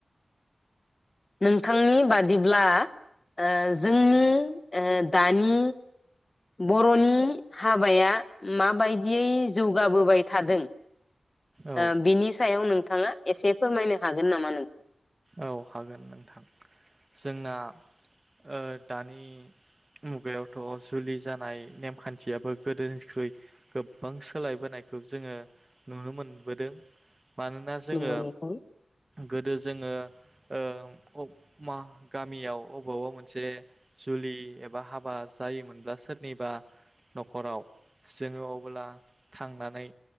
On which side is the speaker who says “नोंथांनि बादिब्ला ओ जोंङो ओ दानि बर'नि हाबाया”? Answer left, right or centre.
Left